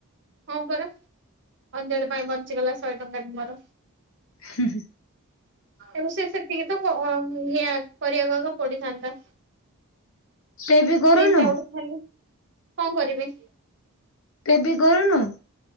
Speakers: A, on the right; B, on the left.
A: ହଁ ପରା ଅଞ୍ଜଳି ପାଇଁ ବଞ୍ଚିଗଲା ଶହେ ଟଙ୍କାଟେ ମୋର।
B: ହୁଁଁ ହୁଁ
A: ଏବଂ ସେ ସେତିକି ତ ଇଏ କରିବାକୁକା ପଡିିଥାନ୍ତା।
B: <inaudible> ବି କରୁନୁ
A: ପ୍ରିଣ୍ଟ୍ ଆଉଟ୍ ଖାଲି। କଣ କରିବି?
B: କେବି କରୁନୁ।